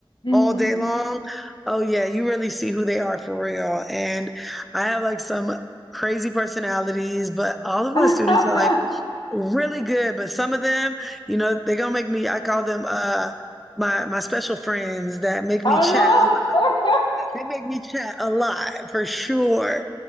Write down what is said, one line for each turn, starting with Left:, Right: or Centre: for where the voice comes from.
Left: Mm-hmm.
Centre: all day long. Oh yeah, you really see who they are for real. And I have like some crazy personalities, but all of my
Left: <laughs>
Centre: students are like really good. But some of them, you know, they're gonna make me I call them uh my my special friends that make
Left: Oh
Centre: me chat a lot.
Left: no. <laughs>
Centre: They make me chat a lot for sure.